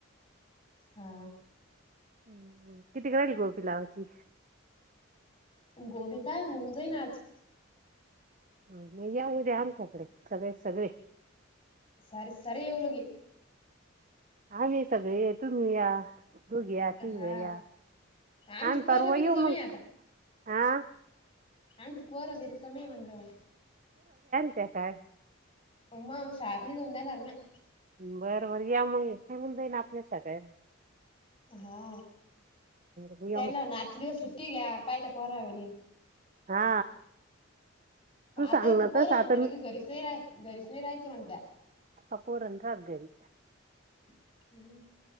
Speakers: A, on the left; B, on the right.
A: हा
B: म् किती राहील गोपी लावाची
A: गोबी काय होऊन जाई ना आज
B: ह नाही याऊद्या आमच्याकडे सगळे सगळे
A: सर सरी येवलग
B: हा मी सगळे येतु मी या हो घ तीन
A: हा
B: गया
A: आमची
B: आ
A: पोरं
B: परव
A: बिरी कमी
B: मग आा
A: आणनच पर वर कामे म्हणल
B: त्या काय
A: उ् ाातने तोंद्यानणार
B: बरं बर या मग सांगून देई ना आपल्या स काळे
A: हा
B: बरं, या
A: त्या
B: मग
A: ना आजचे दिवस सु ठी घ्या पाहिला परावन
B: हा तू
A: आताता
B: सांग ना
A: पोर
B: तसं
A: म्हणते
B: आता
A: ल
B: मी
A: की घरीच नाही रा घरीच नाही राहायचं म्हणत
B: कपूरंत अदल
A: हम्म